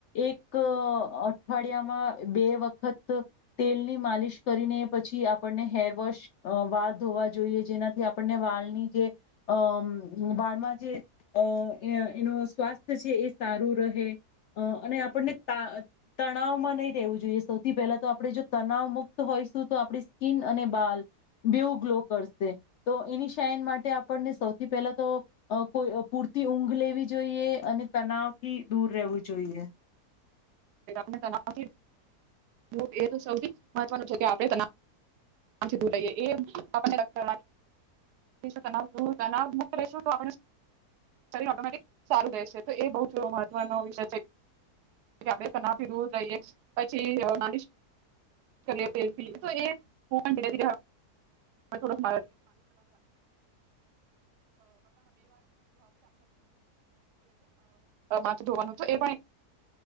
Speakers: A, on the left (about 70°); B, on the right (about 85°).
A: એક અઠવાડિયામાં બે વખત તેલની માલિશ કરીને પછી આપણને હેરવોશ વાળ ધોવા જોઈએ જેનાથી આપણને વાળની જે અ વાળમાં જે આ એનું સ્વાસ્થ્ય છે એ સારું રહે અને આપણને તણાવમાં નહીં રહેેવું જોઈએ સૌથી પહેલા તો આપણે જો તણાવ મુક્ત હોઈશું તો આપણી સ્કીિન અને બાલ બેવું ગ્લો કરશે તો એની શઇન માટે આપણને સૌથી પહેલા તો આ કોઈ પૂરતી ઊંઘ લેવી જોઈએ અને તનાવથી દૂર રહેવું જોઈએ.
B: <unintelligible> એ તો સૌથી મહત્વનું છે કે આપણે <unintelligible> લઈએ એ આપણને <unintelligible> મુક્ત લ શરીરમાં ઓટોમેટિક સારું રહેશે તો એ બો મહત્વનો વિષય છે. <unintelligible> થી દૂધ લઈએ પછી આ માલિશ કરી <unintelligible> તો એ મળતું <unintelligible> માથું ધોવાનુ તો એ